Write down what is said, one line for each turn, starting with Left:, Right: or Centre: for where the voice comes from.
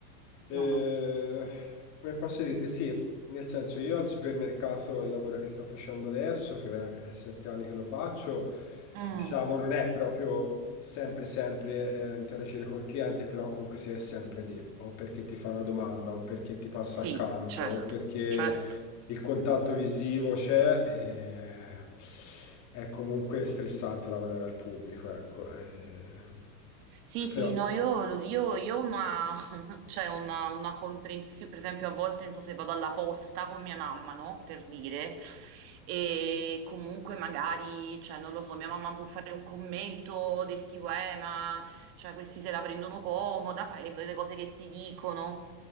Left: Eh,
Right: no, no.
Left: come posso dirti? Sì, nel senso io al supermercato il lavoro che sto facendo adesso, che ora è sette anni che lo faccio,
Right: Mm,
Left: diciamo non è proprio sempre sempre eh, interagire col cliente, però comunque si è sempre lì, o perché ti fa una domanda, o perché ti passa
Right: sì,
Left: accanto,
Right: certo,
Left: o perché
Right: certo.
Left: il contatto visivo c'è. eh, È comunque stressante lavorare al pubblico, ecco. eh,
Right: Sì, sì,
Left: Però
Right: no, io, io, io ho una, <laughs> cioè una, una comprensione, per esempio a volte non so se vado alla posta con mia mamma, no? Per dire, e comunque magari, cioè non lo so, mia mamma può fare un commento del tipo, eh, ma cioè, questi se la prendono comoda, fai le, le cose che si dicono.